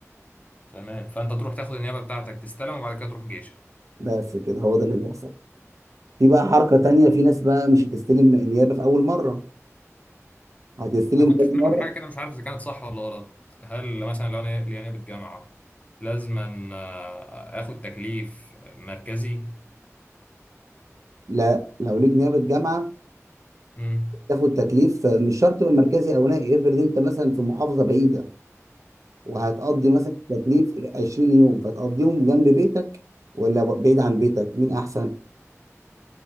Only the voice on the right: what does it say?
بس كده هو ده اللي بيحصل في بقى حركه تانية في ناس بقى مش هتستلم نيابه في اول مره هتستلم
تاني
مره
لا لو ليك نيابه جامعه
تاخد تكليف آه، مش شرط يبقى مركزي او نائي افرض انت مثلا في محافظه بعيده وهتقضي مثلا تكليف 20 يوم فتقضيهم جنب بيتك ولا ب- بعيد عن بيتك مين احسن